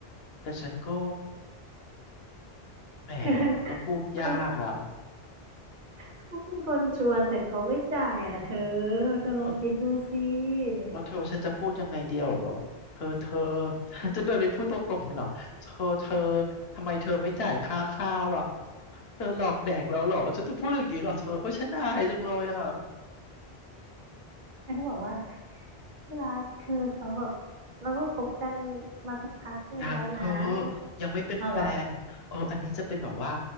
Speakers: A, on the left; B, on the right.
A: แต่ฉันก็แหมมันก็พูดยากอ่ะ
B: คือเขาเขาเป็นคนชวนแต่เขาไม่จ่ายอ่ะเธอ
A: อืม
B: เธอลองคิดดูสิ
A: เอาแล้วเธอฉันจะพูดยังไงเดียวแบบว่าเธอเธอ <laughs> จะเดินไปพูดตรงๆอย่างนี้ยเหรอเธอเธอทำไมเธอไม่จ่ายค่าข้าวอ่ะเธอหลอกแดกเราเหรอฉันจะพูดอย่างนี้เหรอเธอโอ้ยฉันอายจังเลยอ่ะ
B: เธอก็บอกว่าที่รักคือเขาแบบเราก็คบกันมาสักพักหนึ่งแล้วนะเรา
A: ยังเธอยังไม่เป็นแฟนเอออันนี้จะเป็นแบบว่า
B: อ้าวเหรอ